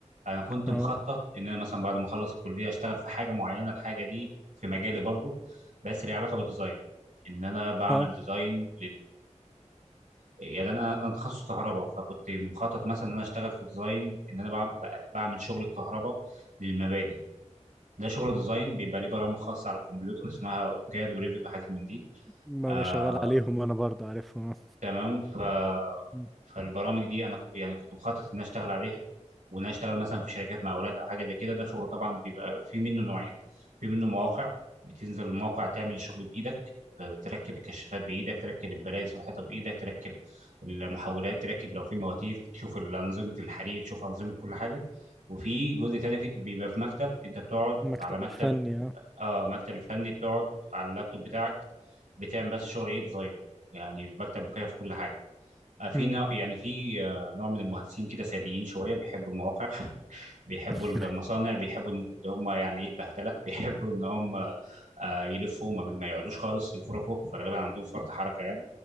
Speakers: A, on the right; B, in the centre.
A: أنا كنت
B: اه
A: مخطط إن أنا مثلا بعد ما أخلص الكلية أشتغل في حاجة معينة الحاجة دي في مجالي برضه بس ليها علاقة بالديزاين إن أنا بعمل
B: اه
A: ديزاين يعني انا انا تخصص كهرباء فكنت مخطط مثلا ان انا اشتغل في ديزاين ان انا بع- بع- بعمل شغل الكهرباء للمباني ده شغل ديزاين بيبقى ليه برامج خاصه على الكمبيوتر اسمها اوتوكاد وريفيت وحاجات من دي
B: ما
A: آه
B: بشغل عليهم انا برضه عارفهم آه.
A: تمام ف
B: أمم.
A: فالبرامج دي انا ك- يعني كنت مخطط ان انا اشتغل عليها وان انا اشتغل مثلا في شركات مقاولات او حاجه زي كده ده شغل طبعا بيبقى في منه نوعين في منه مواقع بتنزل الموقع تعمل الشغل بايدك تركب الكشافات بايدك تركب البلايز في الحيطه بايدك تركب المحولات تركب لو في مواتير تشوف انظمه الحريق تشوف انظمه كل حاجه وفي جزء تاني في بيبقى في مكتب انت بتقعد
B: المكتب
A: على مكتب
B: الفني اه
A: اه مكتب الفني بتقعد على اللابتوب بتاعك بتعمل بس شغل ايه ديزاين يعني مكتب مكيف وكل حاجه آه، في
B: أمم.
A: نوع يعني في آه، نوع من المهندسين كده ساديين شويه بيحبوا المواقع بيحبوا
B: <laughs>
A: المصانع بيحبوا ان إن هم يعني ايه البهدله <laughs> بيحبوا ان هم آه، يلفوا ما ما يقعدوش خالص يفركوا فغالبا عندهم فرط حركه يعني